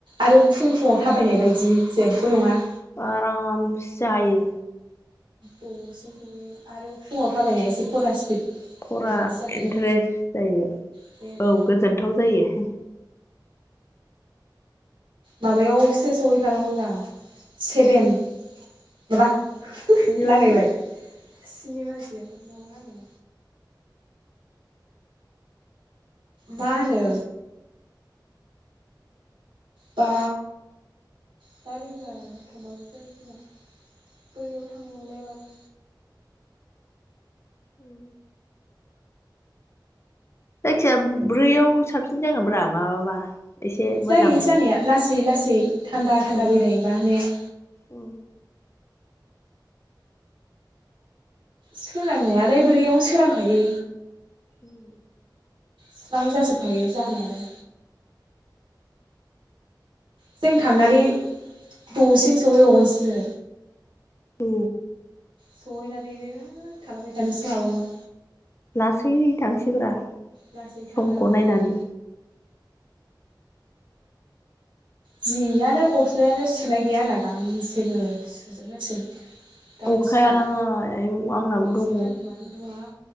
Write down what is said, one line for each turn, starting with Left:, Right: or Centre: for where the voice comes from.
Right: आरो फुं फुाव थाबायनाय बायदि जेबो नङा
Left: <unintelligible> आरामसे हायो
Right: द'सिम सयो आरो फुङाव थाबायनाय एसे खर स्पिड
Left: खरा
Right: थाबायनाय बायदि जाखायो
Left: इन्टारेस्ट जायो
Right: बे आरो
Left: औ गोजोनथाव जायो हि
Right: माबायावसो सहैखानांगौ दा सेभेन माबा
Left: स्नि
Right: लागायबाय
Left: बाजि
Right: स्नि बाजियाव <inaudible> माबा हानो मा होनो बा बा रिंगायाव थांबाबो जायो खोमा ब्रैयाव थांलायाबाबो
Left: उम जायखिया ब्रैयाव साबसिन जागोन ब्रा माबाबा एसे
Right: जायो
Left: मोजां
Right: जानाया लासै लासै लासै थान्दा थान्दा
Left: औ
Right: बेरायायो बा ने <inaudible>
Left: औ
Right: सोरांनायालाय ब्रैयावनो सोरांखायो
Left: उम
Right: स्रां जाजोबखायो जानायालाय जों थांनानै दसेनो सोवहैबावगोनसो
Left: औ
Right: सहैनानै ओ थलाबाय थानोसो हागावगोन
Left: लासै थांसैब्रा
Right: लासै थान्दा
Left: समखौ नायनानै
Right: थान्दा जियानो गस्लायानो सुनाय गैया होनना गांसेबो सुजोबनांसिम गाबोन
Left: अखायालाय
Right: सु
Left: आयौ आंनाबो दङ
Right: सान्दुआनो दङा